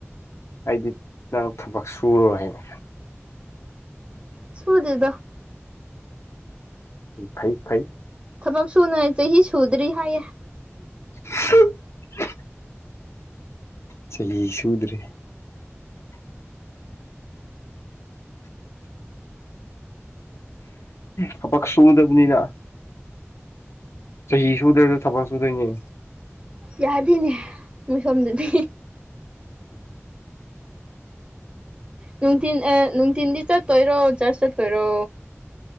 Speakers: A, on the left; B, on the right.
A: ꯑꯩꯗꯤ ꯅꯪ ꯊꯕꯛ ꯁꯨꯔꯣꯏ ꯍꯥꯏꯅ
B: ꯁꯨꯗꯦꯗ
A: ꯐꯩ ꯐꯩ
B: ꯊꯕꯛ ꯁꯨꯅꯉꯥꯥꯏ ꯆꯍꯤ ꯁꯨꯗ꯭ꯔꯤ ꯍꯥꯏꯌꯦ
A: <inaudible> ꯆꯍꯤ ꯁꯨꯗ꯭ꯔꯤ ꯊꯕꯛ ꯁꯨꯗꯕꯅꯤꯅ ꯆꯍꯤ ꯁꯨꯗ꯭ꯔꯁꯨ ꯊꯕꯛ ꯁꯨꯗꯣꯏꯅꯦ
B: ꯌꯥꯗꯦꯅꯦ ꯃꯣꯏꯁꯣꯝꯗꯗꯤ ꯅꯨꯡꯊꯤꯟ ꯑꯥ ꯅꯨꯡꯊꯤꯟꯗꯤ ꯆꯠꯇꯣꯏꯔꯣ ꯆꯥꯔꯁ ꯆꯠꯇꯣꯏꯔꯣ